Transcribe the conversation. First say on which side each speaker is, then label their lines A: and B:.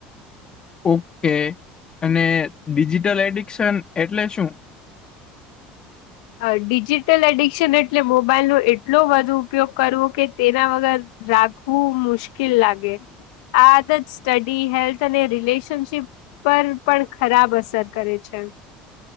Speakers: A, on the left (about 25°); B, on the left (about 80°).
A: ઓકે, અને ડિજિટલ એડિક્શન, એટલે શું?
B: અ ડિજિટલ એડિક્શન એટલે મોબાઈલનો એટલો વધુ ઉપયોગ કરવો કે તેના વગર રાખવું મુશ્કેલ લાગે. આ આદત સ્ટડી હેલ્થ અને રિલેશનશિપ પર પણ ખરાબ અસર કરે છે.